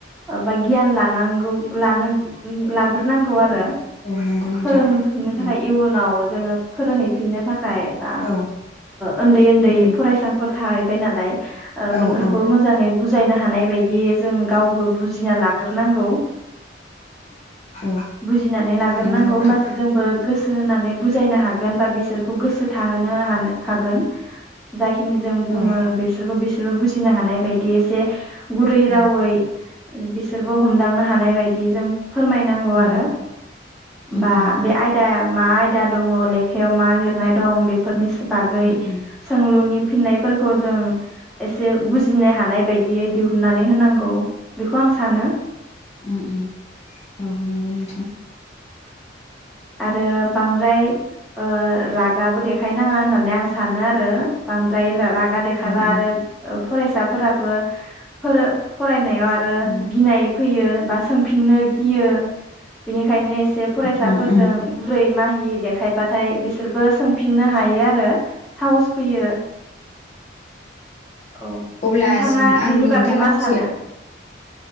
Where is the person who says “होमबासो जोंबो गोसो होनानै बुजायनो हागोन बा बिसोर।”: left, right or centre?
Centre